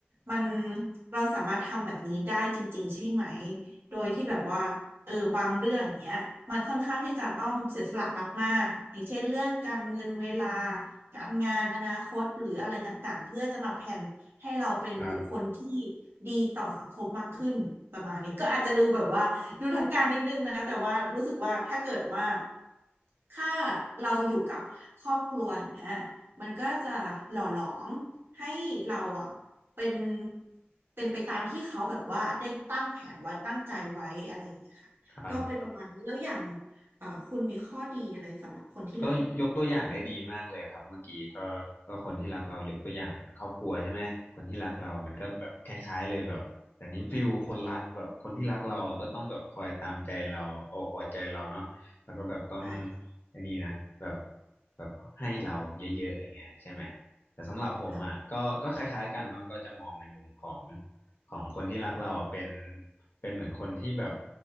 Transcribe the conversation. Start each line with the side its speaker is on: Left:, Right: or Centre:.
Right: มันเราสามารถทำแบบนี้ได้จริงๆใช่ไหมโดยที่แบบว่าเออบางเรื่องเนี้ยมันค่อนข้างที่จะต้องเสียสละมากๆอย่างเช่นเรื่องการเงินเวลาการงานอนาคตหรืออะไรต่างๆเพื่อจะมาแผนให้เราเป็นบุคคลที่
Left: ค
Right: ดีต่อสังคมมากขึ้นประมาณนี้ก็อาจจะดูแบบว่าดูทางการนิดนึงนะแต่ว่ารู้สึกว่าถ้าเกิดว่าถ้าเราอยู่กับครอบครัวอย่างเงี้ย มันก็จะหล่อหลอมให้เราอ่ะเป็นเป็นไปตามที่เขาแบบว่าได้ตั้งแผนไว้ตั้งใจไว้อะไรอย่างเงี้ยค่ะก็เป็นประมาณนี้แล้วอย่าง
Left: รับ
Right: เอ่อคุณมีข้อดีอะไรสำหรับคนที่รักลูก
Left: ก็ยกตัวอย่างได้ดีมากเลยครับเมื่อกี้ก็ก็คนที่รักเรายกตัวอย่างเป็นครอบครัวใช่ไหมคนที่รักเรามันก็แบบคล้ายๆเลยแบบแต่นี้ฟิลคนรักแบบคนที่รักเราก็ต้องแบบคอยตามใจเราเอาอกเอาใจเราเนาะแล้วก็แบบต้อง
Right: ชายค่ะ
Left: อันนี้นะแบบแบบให้เราเยอะๆอย่างเงี้ยใช่ไหมแต่สำหรับผมอ่ะก็ก็คล้ายๆกันเนาะก็จะมองในมุมของ
Right: ค่ะ
Left: ของคนที่รักเราเป็นเป็นเหมือนคนที่แบบ